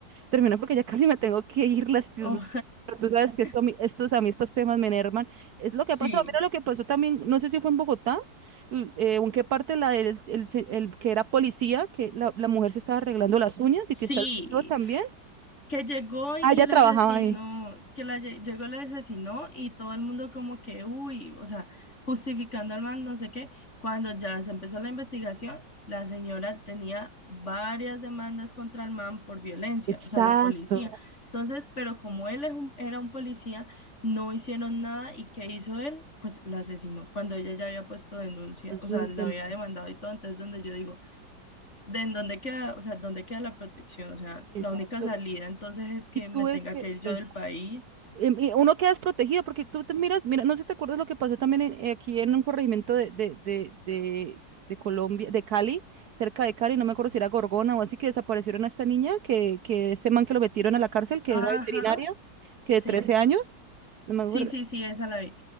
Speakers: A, on the right; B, on the left.
A: termino porque ya casi me tengo que ir, <laughs> lastimosa-
B: Oh,
A: pero Tú sabes que esto, a mí-
B: <laughs>
A: estos, a mí estos temas me enervan. Es lo
B: sí,
A: que ha pasado. Mira lo que pasó también, no sé si fue en Bogotá, l- eh, o en qué parte la, del- el, se- el que era policía, que la, la mujer se estaba arreglando las uñas
B: sí.
A: y que está el video también.
B: que llegó y,
A: Ah,
B: y
A: ella
B: la
A: trabajaba
B: asesinó,
A: ahí.
B: que la lle- llegó y la asesinó y todo el mundo como que, uy, o sea, justificando al man, no sé qué. Cuando ya se empezó la investigación, la señora tenía varias demandas contra el man por violencia,
A: Exacto.
B: o sea, la policía. Entonces, pero como él es un- era un policía, no hicieron nada y ¿qué hizo él? Pues la asesinó cuando ella ya había puesto denuncia,
A: Es
B: o sea,
A: un
B: la
A: tema.
B: había demandado y todo. Entonces, donde yo digo ¿De en dónde queda, o sea, dónde queda la protección? O sea, la
A: Exacto.
B: única salida entonces es que
A: Y tú
B: me
A: ves
B: tenga
A: que,
B: que ir yo
A: pues,
B: del país.
A: em, y uno queda desprotegido porque tú te miras, mira, no sé si te acuerdas lo que pasó también en- eh, aquí en un corregimiento de, de, de, de, de Colombia, de Cali, cerca de Cali, no me acuerdo si era Gorgona o así, que desaparecieron a esta niña, que, que este man que lo metieron a la cárcel, que
B: Ajá,
A: era veterinario, que
B: sí.
A: de 13 años, no me
B: Sí,
A: acuerdo.
B: sí, sí, esa la vi.